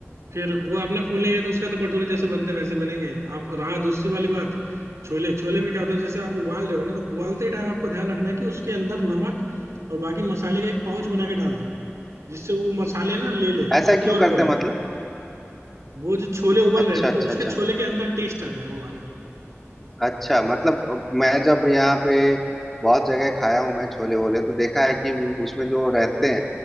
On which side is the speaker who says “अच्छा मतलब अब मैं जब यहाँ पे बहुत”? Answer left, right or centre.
Centre